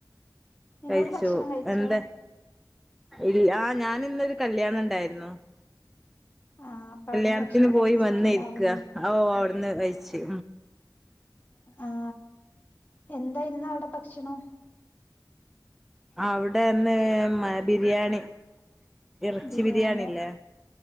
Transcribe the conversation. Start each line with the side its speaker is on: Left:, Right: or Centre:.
Left: നിങ്ങളൊക്കെ
Centre: കഴിച്ചു
Left: ഭക്ഷണം കഴിച്ചോ
Centre: എന്താ ഇല്ല ആ ഞാൻ ഇന്നൊരു കല്യാണണ്ടായിരുന്നു
Left: ആഹ് അപ്പൊ
Centre: കല്യാണത്തിന്
Left: അവിടുന്ന് ഭക്ഷണം
Centre: പോയി
Left: കഴിച്ചിട്ടുണ്ടാവൂലേ
Centre: വന്ന് ഇരിക്കാ അ ഓ അവിടുന്ന് കയിച്ച്
Left: ആആ എന്തായിരുന്നു അവിടെ ഭക്ഷണം
Centre: അവിടെന്ന് മ ബിരിയാണി ഇറച്ചി
Left: ബിരിയാണി
Centre: ബിരിയാണില്ലേ